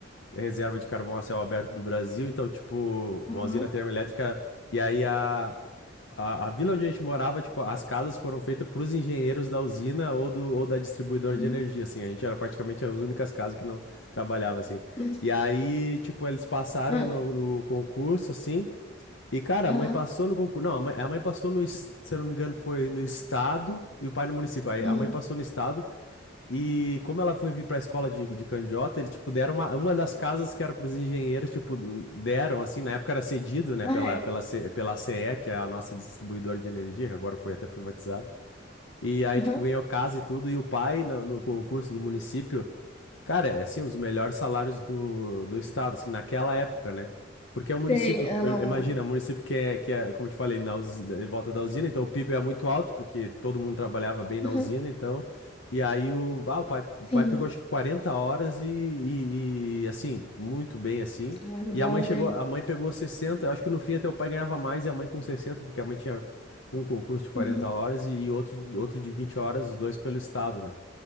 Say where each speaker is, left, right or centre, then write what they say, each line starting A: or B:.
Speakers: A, on the left (about 70°); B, on the left (about 30°).
A: reservas de carvão a céu aberto do Brasil. Então, tipo, uma
B: Aham.
A: usina termoelétrica. E aí a, a, a vila onde a gente morava, tipo, as casas foram feitas para os engenheiros da usina ou, do, ou da distribuidora
B: Uhum.
A: de energia, assim. A gente era praticamente as únicas casas que não trabalhava, assim.
B: <laughs> Não-
A: E aí, tipo, eles passaram
B: Ah,
A: no, no concurso, assim. E, cara,
B: aham.
A: a mãe passou no concurso. Não, a mãe, a mãe passou no, es- se eu não me engano, foi no estado e o pai no município. Aí
B: Uhum.
A: a mãe passou no estado e como ela foi vir pra escola de, de candiota, eles, tipo, deram uma, uma das casas que era pros engenheiros, tipo, deram, assim, na época era cedido, né,
B: Ah,
A: pela,
B: é.
A: pela, C- pela CE, que é a nossa distribuidora de energia, que agora foi até privatizada. E aí,
B: Aham.
A: tipo, ganhou casa e tudo, e o pai, na- no, concurso do município, Cara, é assim, os melhores salários do, do estado, assim, naquela época, né? Porque é um município,
B: Sei. Ah,
A: im-
B: não.
A: imagina, é um município que é, que é, como eu te falei, na usina, em volta da usina, então o PIB é muito alto, porque todo mundo trabalhava bem na
B: Aham.
A: usina, então. E aí o, ah, o pai, o
B: Sim.
A: pai pegou acho que 40 horas e, e, e, assim, muito bem assim.
B: Salário
A: E
B: bom,
A: a mãe chegou,
B: né?
A: a mãe pegou 60, acho que no fim até o pai ganhava mais e a mãe com 60, porque a mãe tinha um concurso de 40
B: Uhum.
A: horas e, e outro, de- outro de 20 horas, os dois pelo estado, né?